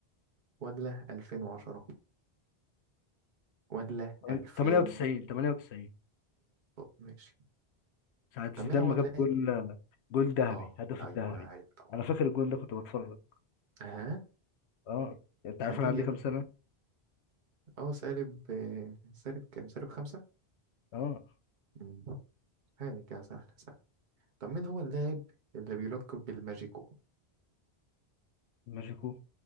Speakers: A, on the right; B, on the left.
A: ولا 2010 ولا
B: تمن-
A: 2018
B: 98 98
A: ماشي
B: ساعة
A: طب
B: زيدان
A: مين هو
B: ما
A: اللاعب
B: جاب جول جول ذهبي
A: اه
B: هدف
A: أيوه
B: الذهبي
A: أيوه طبعا
B: انا فاكر الجول ده كنت بتفرج
A: ها
B: اه انت عارف
A: أكيد
B: انا عندي
A: يا ابني
B: كام سنة
A: اه سالب آه، سالب كام سالب خمسة
B: اه
A: مم. هاني كان سهل سهل طب مين هو اللاعب اللي بيلقب بالماجيكو
B: ماجيكو